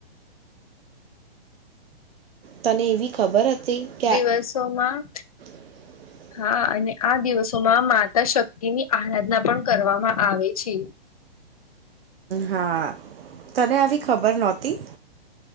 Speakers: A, on the right; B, on the left.
A: તને એવી ખબર હતી કે આ
B: <inaudible> સોમાં
A: <inaudible>
B: હા અને આ દિવસોમાં માતા શક્તિ ની આરાધના પણ કરવામાં આવે છે
A: હા તને આવી ખબર નહોતી